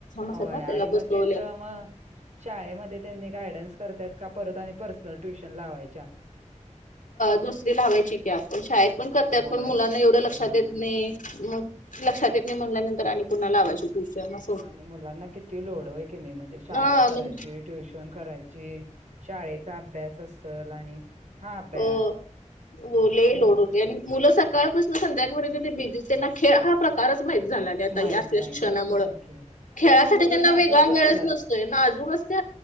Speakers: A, on the right (about 65°); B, on the left (about 85°).
A: होय
B: असतात ना
A: आणि
B: त्याला
A: मग
B: बसवल्या
A: त्याच मग शाळेमध्ये त्यांनी गायडन्स करतायत का परत आणि पर्सनल ट्युशन लावायच्या?
B: दुसरी लावायची की आपण शाळेत पण करतात
A: होय
B: पण मुलांना एवढं लक्षात
A: हा
B: येत
A: हा
B: नाही मग लक्षात येत नाही म्हणल्यानंतर आणि पुन्हा लावायचित <inaudible>
A: आणि मुलांना किती लोड होय की नाही म्हणजे शाळा
B: हा
A: करायची
B: म्हणजे
A: ट्युशन करायची. शाळेचा अभ्यास असलं आणि हा अभ्यास
B: हो लय
A: हम्म
B: लोड होते आणि मुलं सकाळपासून संध्याळपर्यंत ते बिझी ना खेळ हा प्रकार प्रकारच माहित झालं नाही आता
A: माहित
B: या असल्या
A: नाही
B: शिक्षणामुळे
A: बरोबर आहे की
B: खेळासाठी
A: त्यामुळे मुलं
B: त्यांना
A: नाजूक
B: वेगळा
A: झाल्यात
B: वेळच नसतोय नाजूक असते